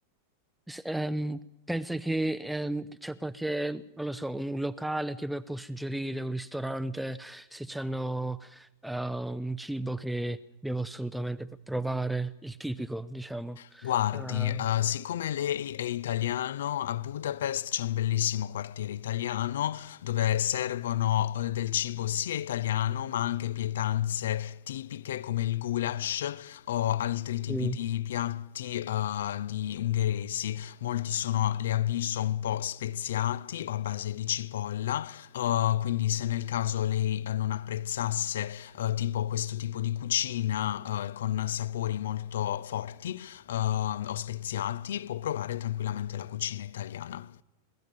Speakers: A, in the centre; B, on the left.
A: S- ehm, pensa che ehm, c'è qualche, non lo so, un locale che può suggerire, un ristorante, se hanno un cibo che devo assolutamente pr- provare, il tipico, diciamo.
B: Guardi,
A: Mm.
B: uhm, siccome lei è italiano, a Budapest c'è un bellissimo quartiere italiano dove servono, uhm, del cibo sia italiano, ma anche pietanze tipiche come il goulash o altri tipi
A: Mm.
B: di piatti, uhm, di ungheresi. Molti sono, le avviso, un po' speziati o a base di cipolla, uhm, quindi se nel caso lei, uhm, non apprezzasse, uhm, tipo questo tipo di cucina, uhm, con sapori molto forti, eh, o speziati, può provare tranquillamente la cucina italiana.